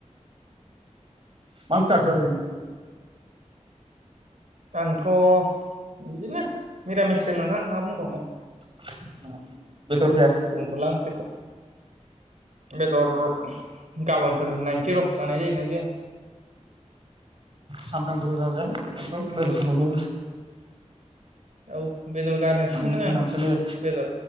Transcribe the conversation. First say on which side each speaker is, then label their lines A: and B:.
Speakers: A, on the right; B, on the right.
A: मा ओंख्रै जाखो ओरैनो?
B: आंथ' बिदिनो मिरामिसो नोंथां मा बुंबावनो?
A: <unintelligible> बेदर जाया
B: बुंथ'ला ओंख्रिखौ बेदर गाबोनफोर नायनोसै र' जानाय जायोना जाया?
A: सानफ्रोमबो जाजायालै बेदरफोरखौबो
B: औ बेदर गारनोसो
A: माने
B: सानदों आं
A: मानसिनि
B: बेदर